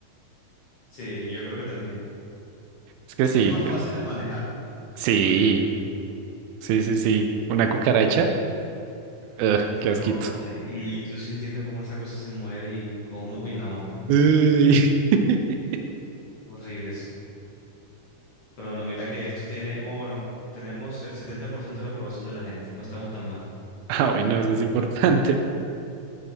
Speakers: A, on the left; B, on the right.
A: Sí, yo creo que también.
B: Es que
A: Es
B: sí,
A: más
B: es-
A: fácil de manejar,
B: sí,
A: digo yo.
B: sí, sí, sí. Una cucaracha, ugh,
A: Uy,
B: qué
A: no,
B: asquito.
A: y y tú sintiendo cómo esa cosa se mueve y cómo. uy, no.
B: Uy. <laughs>
A: Horribles. Pero bueno, mira que esto tiene, oh, bueno, tenemos el 70% de la aprobación de la gente. No estamos tan mal.
B: Ah, bueno, eso es importante.